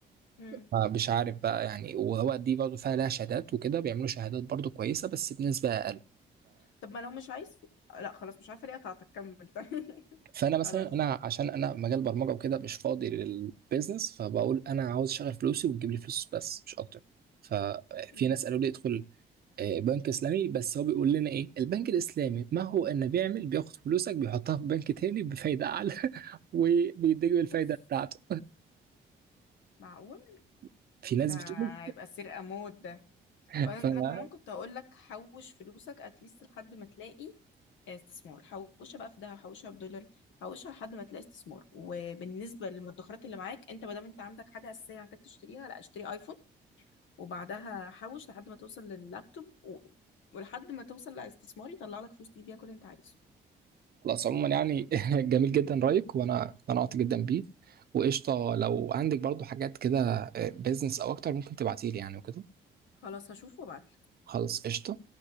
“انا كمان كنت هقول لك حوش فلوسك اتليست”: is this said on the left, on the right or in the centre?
Left